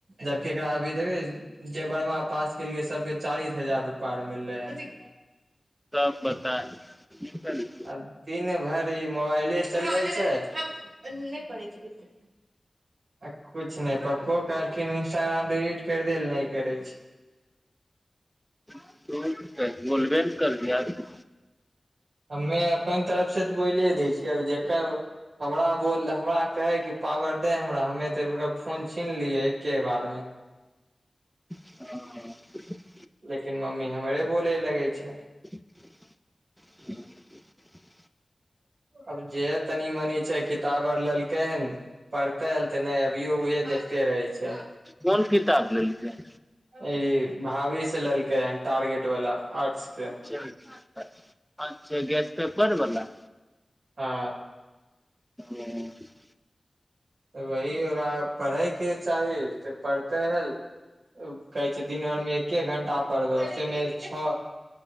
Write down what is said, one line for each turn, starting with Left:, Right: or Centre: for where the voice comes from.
Right: जबकि एकरा अभी देखै जे बरहमा पास केलकै सबके चालीस हजार रुपा आर मिललै हन।
Centre: तब बता <unintelligible>
Right: आ दिन भरि ई मोबाइले चलबै छै, <unintelligible> नै पढैछि ओते आ कुछ नै पप्पो कहलखिन इंस्टाग्राम डिलीट करि दै ल नै करै छै।
Centre: तू कि करभी बोलबे न करभी आर की
Right: हम्मे अपन तरफ से तऽ बोलै दै छियै आब जेकर हमरा बोल हमरा कहै के पावर दै हमरा हमे तऽ एकर फोन छिनलियै एके बारमे
Centre: हऽ <unintelligible>
Right: लेकिन मम्मी हमरे बोले लगै छै।
Centre: <inaudible>
Right: अब जेहै तनी मनी छै कित ताब आर लेलकै हन पढतैल त नै अभियो उहे देखते रहे छै।
Centre: कोन किताब लेलकै?
Right: ए इ भाभी से लैलकै हन टारगेट वाला आर्ट्स के।
Centre: <unintelligible> अच्छा गेस पेपर बला।
Right: हा
Centre: ओ
Right: त वही ओकरा पढैके चाही तऽ पढतै हल कहै छै दिन भर मे एके घंटा पढबै <unintelligible> छ